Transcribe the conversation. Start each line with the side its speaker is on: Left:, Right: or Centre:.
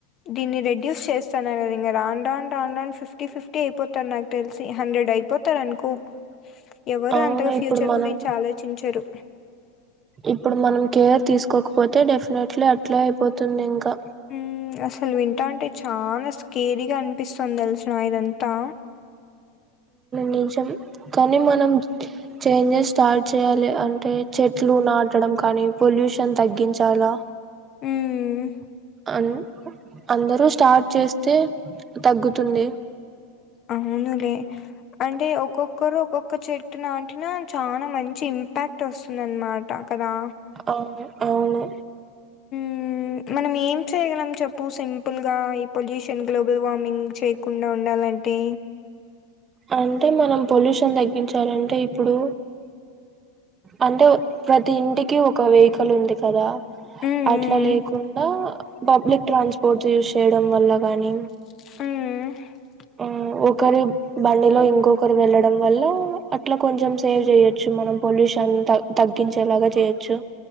Left: దీన్ని రెడ్యూస్ చేస్తన్నారు కదా ఇంకా రాౌంన రాం రన్ రండ్ ఫిఫ్టీ ఫిఫ్టీ అయిపోతారు నాకు తెలిసి హండ్రెడ్ అయిపోతారు అనుకో ఎవరు
Right: అవును
Left: అంతగా ఫ్యూచర్
Right: ఇప్పుడు మనం
Left: గురించి ఆలోచించరు
Right: ఇప్పుడు మనం కేర్ తీసుకోకపోతే డెఫినెట్లీ అట్లే అయిపోతుంది ఇంకా
Left: ఉమ్ అసలు వింటా అంటే చాలా స్కేరగా అనిపిస్తుంది తెలిసిన ఇదంతా
Right: నిజం కానీ మనం చేంజెస్ స్టార్ట్ చేయ్యాలి అంటే చెట్లు నాటడం కానీ పొల్యూషన్ తగ్గించాలా
Left: హ్మ్.
Right: అన అందరూ స్టార్ట్ చేస్తే తగ్గుతుంది
Left: అవునులే అంటే ఒక్కొక్కరు ఒక్కొక్క చెట్టు నాటిన చాలా మంచి ఇంపాక్ట్ వస్తుంది అనమాట కదా
Right: ఆ అవును
Left: ఉమ్ మనం ఏం చేయగలం చెప్పు సింపుల్గా ఈ పొల్యూషన్ గ్లోబల్ వార్మింగ్ చేయకుండా ఉండాలంటే
Right: అంటే మనం పొల్యూషన్ తగ్గించాలంటే ఇప్పుడు అంటే ప్రతి ఇంటికి ఒక వెహికల్ ఉంది కదా
Left: మ్మ్,
Right: అట్లా లేకుండా
Left: మ్మ్,
Right: పబ్లిక్ ట్రాన్స్పోర్ట్స్ యూస్ చేయడం వల్ల పనీ
Left: ఉమ్
Right: ఆ ఒకరి బండిలో ఇంకొకరు వెళ్ళడం వల్ల అట్లా కొంచెం సేవ్ చేయొచ్చు మనం పొల్యూషన్ తగ్గించేలాగా చేయొచ్చు